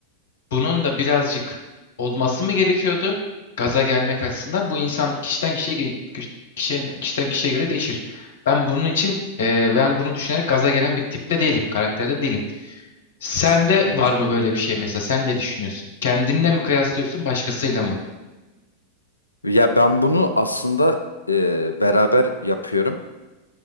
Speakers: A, on the left; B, on the left.
A: bunun da birazcık olması mı gerekiyordu? Gaza gelmek açısından bu insan kişiden kişiye ge- kişi- kişiden kişiden kişiye göre değişir. Ben bunun için e, ben bunu düşünerek gaza gelen bir tipte değilim, karakterde değilim. Sende
B: hı
A: var
B: hı.
A: mı böyle bir şey mesela? Sen ne düşünüyorsun? Kendinle mi kıyaslıyorsun, başkasıyla mı?
B: Ya ben bunu aslında e, beraber yapıyorum.